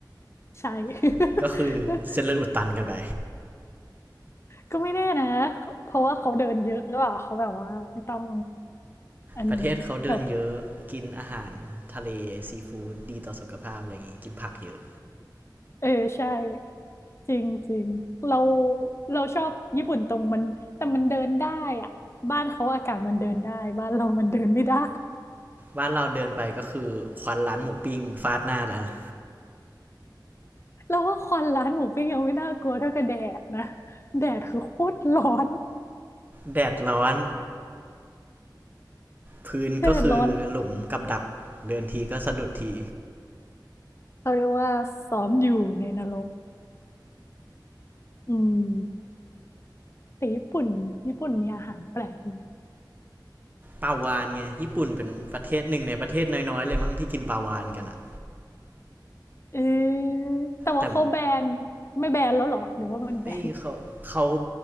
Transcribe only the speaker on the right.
<laughs> ก็คือเส้นเลือดอุดตันกันไป
ประเทศเขาเดินเยอะกินอาหารทะเลซีฟู้ดดีต่อสุขภาพอะไรอย่างงี้กินผักเยอะ
บ้านเราเดินไปก็คือควันร้านหมูปิ้งฟาดหน้าแล้วะ
แดดร้อนพื้นก็คือหลุมกับดักเดินทีก็สะดุดที
ปลาวานไงญี่ปุ่นเป็นประเทศหนึ่งในประเทศน้อยๆเลยมั้งที่กินปลาวานกันอะ
แต่
เอ้ยเขาเขา